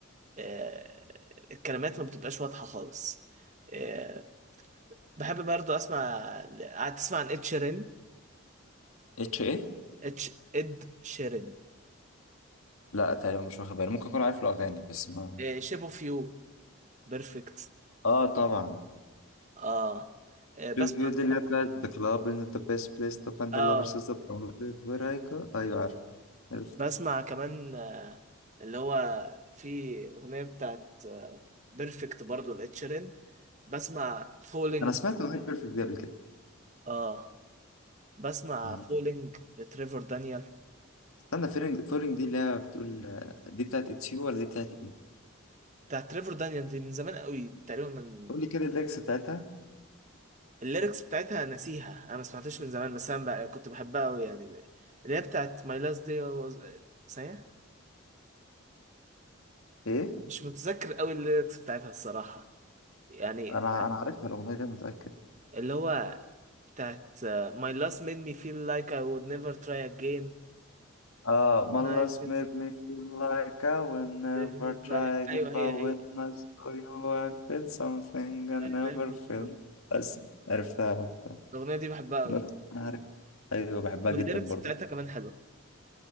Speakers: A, on the right; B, on the left.
A: آه، الكلمات ما بتبقاش واضحه خالص آه، بحب برضو اسمع قاعد تسمع عن اد شيرين
B: اتش ايه
A: اتش اد شيرين
B: لا تقريبا مش واخد بالي ممكن اكون عارف له اغاني بس ما
A: شيب اوف يو بيرفكت
B: اه طبعا
A: اه آه، بسمع
B: شوف يو دي اللي هي بتاعت The Club is not the best place to find
A: اه
B: the lovers is the provided where I go أيوة عارف عرفت
A: بسمع كمان آه، اللي هو في أغنية بتاعت بيرفكت برضو لإتشيرين بسمع فولينج
B: أنا سمعت أغنية بيرفكت دي قبل كده
A: اه بسمع
B: آه.
A: فولينج لتريفر دانيال
B: استنى فيرنج فيرنج دي اللي هي بتقول آه، دي بتاعت It's You ولا دي بتاعت إيه؟
A: بتاعت تريفر دانيال دي من زمان قوي تقريبا من
B: قول لي كده الليكس بتاعتها
A: الليركس بتاعتها ناسيها انا ما سمعتهاش من زمان بس انا بقى كنت بحبها قوي يعني ب- اللي هي بتاعت ماي لاست دي was... ثانية
B: إيه؟
A: مش متذكر قوي الليركس بتاعتها الصراحة يعني
B: أنا أنا عارفها الأغنية دي متأكد
A: اللي هو بتاعت آه، My last made me feel like I would never try again
B: آه My
A: Life
B: last
A: is
B: made me feel like I will never
A: never not
B: try
A: like
B: again
A: أيوه هي
B: but
A: هي
B: when I saw you I feel something I
A: Like
B: never
A: never
B: felt
A: not.
B: بس عرفتها عرفتها
A: الأغنية دي بحبها أوي
B: أنا عارف أيوة بحبها
A: والليركس
B: جدا برضه
A: بتاعتها كمان حلوة